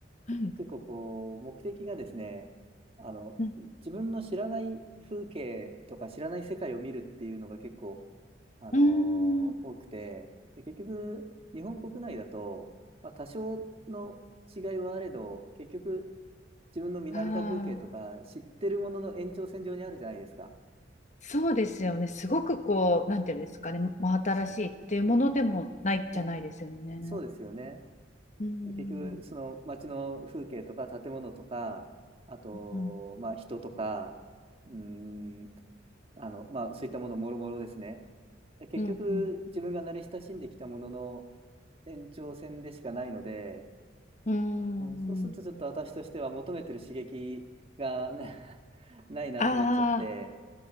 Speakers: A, on the right (about 30°); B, on the left (about 40°).
A: く結構こう、
B: うん、
A: 目的がですね、あの、
B: うん、
A: 自分の知らない風景とか知らない世界を見るっていうのが結構あのー多くて、
B: うーん、
A: で、結局、日本国内だと、まあ、多少の違いはあれど、結局、自分の見慣れた風景とか、
B: ああ、
A: 知ってるものの延長線上にあるじゃないですか。
B: そうですよね。すごくこう、なんていうんですかね、真新しいっていうものでもないじゃないですよね。
A: はい、そうですよね。
B: うん、
A: で、結局、その街の風景とか、建物とか、あと、
B: うん、うん、
A: まあ、人とか、うーん、あの、まあ、そういったものもろもろですね。で結局、
B: うん、うん、うん。
A: 自分が慣れ親しんできたものの延長線でしかないので、
B: うーん
A: うんそうするとちょっと私としては求めてる刺激がな <laughs> ないなと思っちゃって、
B: ああ、